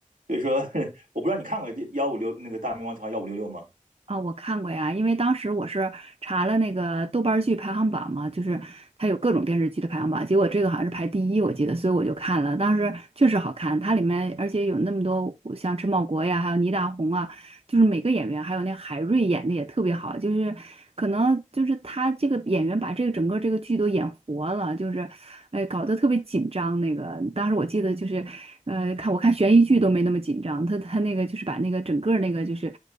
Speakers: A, on the right; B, on the right.
A: 所以说，<laughs> 我不知道你看过幺五六那个《大明王朝幺五六六》吗？
B: 啊，我看过呀，因为当时我是查了那个豆瓣儿剧排行榜嘛，就是它有各种电视剧的排行榜，结果这个好像是排第一，我记得，所以我就看了。当时确实好看，它里面而且有那么多像陈宝国呀，还有倪大红啊，就是每个演员，还有那海瑞演的也特别好，就是可能就是他这个演员把这个整个这个剧都演活了，就是，哎，搞得特别紧张。那个当时我记得就是，呃，看我看悬疑剧都没那么紧张，他他那个就是把那个整个那个就是，